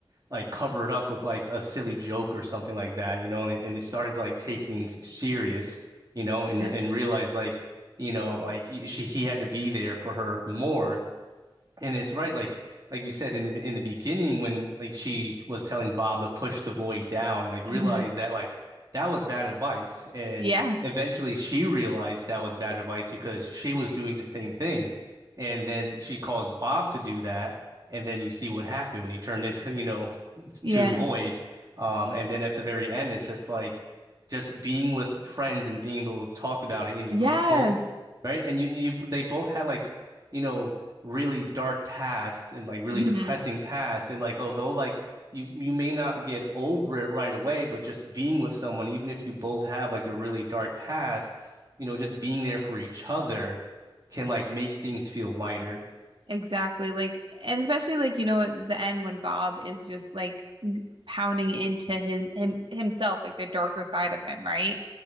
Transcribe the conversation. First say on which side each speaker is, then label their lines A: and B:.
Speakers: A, on the right (about 45°); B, on the right (about 70°).
A: like cover it up with like a silly joke or something like that you know and it, and it started to like take things serious you know and
B: Yeah.
A: and realize like you know like y- she he had to be there for her more and it's right, like like you said in the in the beginning when like she was telling Bob to push the void down, like
B: Mm-hmm.
A: realize that like that was bad advice. And
B: Yeah.
A: eventually she realized that was bad advice because she was doing the same thing. And then she calls Bob to do that. And then you see what happened when he turned <laughs> into, you know,
B: Yeah.
A: to the void. Um, and then at the very end, it's just like just being with friends and being able to talk about it. And
B: Yes.
A: you bo- both, right? And you, you, they both had like, you know, really dark past and like really
B: hmm
A: depressing past. And like, although like you, you may not get over it right away, but just being with someone, even if you both have like a really dark past, you know, just being there for each other can like make things feel lighter.
B: Exactly. Like, and especially like, you know, at the end when Bob is just like g- pounding into his him himself, like the darker side of him, right?